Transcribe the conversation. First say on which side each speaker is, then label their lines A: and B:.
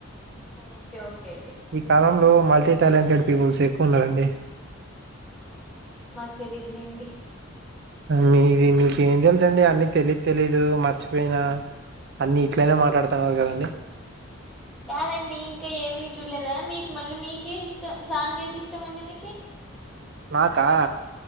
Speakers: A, in the centre; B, on the right.
A: okay okay అండి
B: ఈ కాలంలో మల్టీ టాలెంటెడ్ పీపుల్స్ ఎక్కువ ఉన్నారండి
A: అవునండి మాకు తెలీదులేండి
B: మీది మీకు ఏం తెలుస అండి అన్ని తెలిదు తెలీదు మర్చిపోయిన అన్ని ఇట్లనే మాట్లాడుతున్నారు కదండి
A: కాదండి ఇంకా ఏమి చూడలేదా మీకు మళ్ళీ మీకే ఇష్టం సాంగ్ ఏది ఇష్టం అండి మీకి
B: నాకా